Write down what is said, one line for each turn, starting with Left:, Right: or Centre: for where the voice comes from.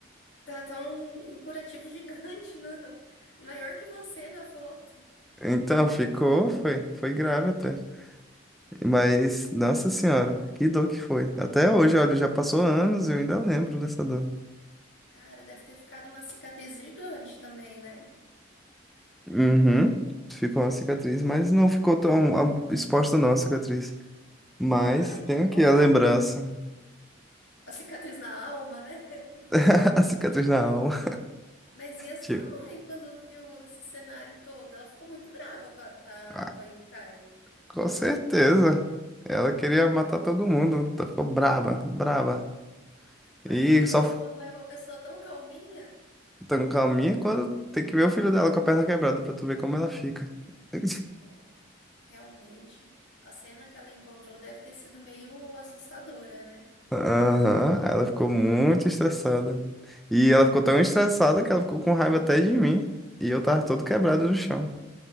Left: Tá, tá um, um curativo gigante na, <laughs> maior que você na foto.
Centre: Então ficou, foi, foi grave até. Mas, nossa senhora, que dor que foi. Até hoje, olha, já passou anos e eu ainda lembro dessa dor.
Left: Cara, deve ter ficado uma cicatriz gigante também, né?
Centre: Uhum. Ficou uma cicatriz, mas não ficou tão ah, exposta não a cicatriz. Mas
Left: Ai,
Centre: tem
Left: que bom.
Centre: aqui a lembrança.
Left: A cicatriz na alma, né? <laughs>
Centre: <laughs> A cicatriz na alma.
Left: Mas e a sua
Centre: Tipo,
Left: mãe quando viu esse cenário todo? Ela ficou muito brava com a, com a
Centre: ah,
Left: mãe do Caio.
Centre: com certeza. Ela queria matar todo mundo. Então Ficou brava, brava.
Left: Imagina,
Centre: E só
Left: a sua mãe é uma pessoa tão calminha.
Centre: tão calminha quando tem que ver o filho dela com a perna quebrada pra tu ver como ela fica. <laughs>
Left: É, realmente, a cena que ela encontrou deve ter sido meio assustadora, né?
Centre: Aham, Ela ficou muito estressada. E ela ficou tão estressada que ela ficou com raiva até de mim. E eu tava todo quebrado no chão.